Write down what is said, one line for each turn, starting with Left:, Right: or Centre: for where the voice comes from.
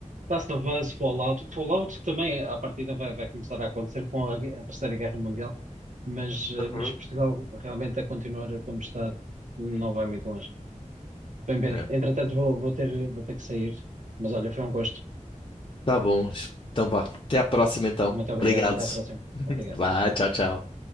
Right: Last of Us, Fallout. Fallout também, à partida, vai, vai começar a acontecer com a, gue- a Terceira Guerra Mundial, mas, eh,
Left: Uhum.
Right: mas Portugal realmente a continuar como está não vai muito longe. Bem, Pedro,
Left: Yeah.
Right: entretanto vou, vou ter, vou ter que sair, mas olha, foi um gosto.
Left: Tá bom, então vá, até à próxima então.
Right: Muito obrigado,
Left: Obrigado.
Right: até à próxima.
Left: <laughs>
Right: Obrigado.
Left: Vai, tchau, tchau.